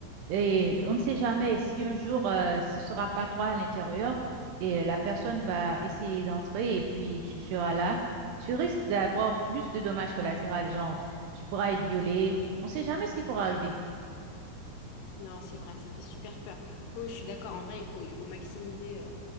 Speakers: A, on the right (about 85°); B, on the left (about 75°).
A: Et on ne sait jamais si un jour, euh, ce sera pas toi à l'intérieur et la personne va essayer d'entrer et puis tu seras là. Tu risques d'avoir plus de dommages collatéraux, genre tu pourras être violé. On ne sait jamais ce qui pourra arriver.
B: Non, c'est vrai, ça fait super peur. Oui, je suis d'accord. En vrai, il faut, il faut maximiser. euh,